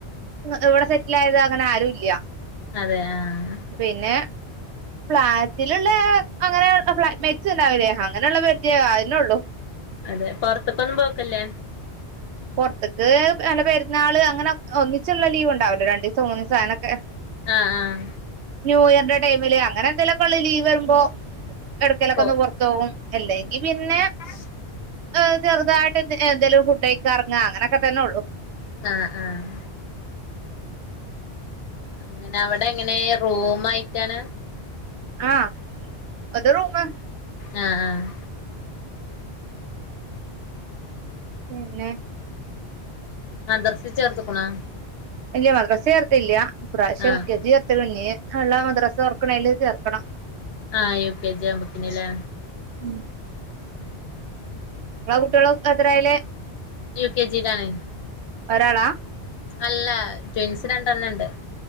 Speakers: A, on the right; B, on the left.
A: ഇവ്‌ ഇവിടെ സെറ്റിലായത് അങ്ങനെ ആരുല്ല്യ.
B: അതെ ആഹ് ആ.
A: പിന്നെ ഫ്ളാറ്റിലുള്ള അങ്ങനെ ഫ് മെച്ച ഉണ്ടാവില്ലേ, അങ്ങനെയുള്ള പരിചയള്ളൂ അതിന്നെള്ളു.
B: അതെ. പൊറത്തൊക്കൊന്നും പോക്കില്ലേ?
A: പൊറത്ത്‌ക്ക് വല്ല പെരുന്നാള് അങ്ങനെ ഒന്നിച്ചുള്ള ലീവ് ഉണ്ടാവല്ലോ. രണ്ടിസം മൂന്നീസം അങ് നൊക്കെ.
B: ആഹ് ആഹ.
A: ന്യൂ ഇയറിന്റെ ടൈമില് അങ്ങനെ എന്തെലൊക്കെള്ള ലീവ് വരുമ്പോ, ഇടക്കയിലൊക്കെ
B: പോ
A: ഒന്ന് പൊറ ത്തോവും അല്ലങ്കി പിന്നെ,
B: <inaudible>
A: ഏ ചെറുതായിട്ട് എന്തേലും ഫുഡ് കഴിക്ക എറങ്ങ അങ്ങനെക്കെ തന്നെ ഉള്ളു
B: ആഹ ആഹ അങ്ങനെ അവിടെ എങ്ങനെ റൂം മായിട്ടാണ്
A: ആ അത്റൂമ്
B: ആഹ ആഹ
A: പിന്നെ
B: മദ്രസ് ചേർത്ത്ക്ണേ
A: ഇല്ല മദ്രാസ ചേർത്തില്ല ഇപ്രാവശ്യ
B: ആഹ്
A: എൽ. കെ. ജി. ചേർത്ത്ണ് മദ്രാസ തോറക്ക്ണേല് ചേർക്കണം
B: ആ യു. കെ. ജി. ആവുമ്പോത്തിന് ലെ
A: ഉം
B: ഉം
A: ങ്ങളെ കുട്ടൃളും എത്രലേ
B: യു കെ ജി ലാണ്
A: ഒരാളാ
B: അല്ല ട്വിൻസ് രണ്ടെണ്ണണ്ട്